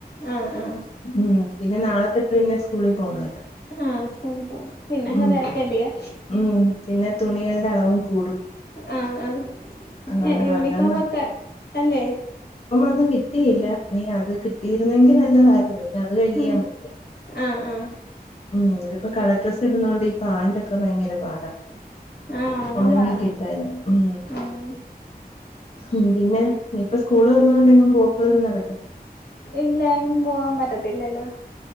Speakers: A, on the left (about 85°); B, on the left (about 40°).
A: ആഹ് ആഹ്
B: ഉം പിന്നെ നാളെത്തെട്ട് പിന്നെ സ്കൂളിൽ പോണവല്ലോ
A: ആഹ് സ്കൂളിൽ പോണം പിന്നെ അങ്ങ്
B: ഉം
A: തിരക്കല്ലിയോ
B: ഉം പിന്നെ തുണികഴുകൽ രളവും കൂടും
A: ആ ആ
B: ആഹ്
A: ഏ എ യൂണിഫോമൊക്കെ
B: അതന്ന്
A: അല്ലേ
B: ന്നും കിട്ടിയില്ല ഇനി അത് കിട്ടി രുന്നെങ്കി നല്ലതായിരുന്നു പിന്ന അത് കഴുകിയ
A: ആഹ്
B: മതിയാരുന്നു.
A: ആഹ് ആഹ്
B: ഇം ഇതിപ്പോ കളർ ഡ്രസ്സ് ഇടുന്നോണ്ടി പാന്റെക്കെ ഭയങ്കര പാടാ
A: ആഹ് ഉണങ്ങാൻ
B: ഒണങ്ങി
A: പാടാ
B: കിട്ടാന് ഉം
A: ഉം
B: ഉം പിന്നെ ഇനിപ്പ സ്കൂള് തുറന്നോണ്ട് എങ്ങും പോക്ക്‌ ഒന്നും നടക്ക്
A: ഇല്ല എങ്ങും പോവാൻ പറ്റത്തില്ലല്ലോ